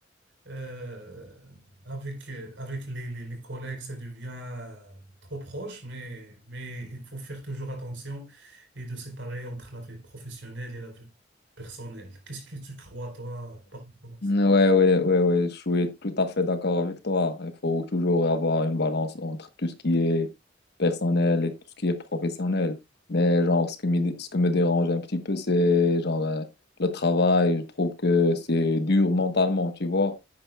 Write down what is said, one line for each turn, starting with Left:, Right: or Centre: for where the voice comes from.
Right: euh, avec, euh, avec les, les, les collègues, ça devient euh, trop proche, mais, mais il faut faire toujours attention et de séparer entre la vie professionnelle et la vie personnelle. Qu'est-ce que tu crois, toi, par rapport à
Left: Ouais,
Right: ça
Left: ouais, ouais, ouais, ouais, je suis tout à fait d'accord avec toi. Il faut toujours avoir une balance entre tout ce qui est personnel et tout ce qui est professionnel. Mais genre, ce qui me, dé- ce que me dérange un petit peu, c'est genre euh, le travail. Je trouve que c'est dur mentalement, tu vois.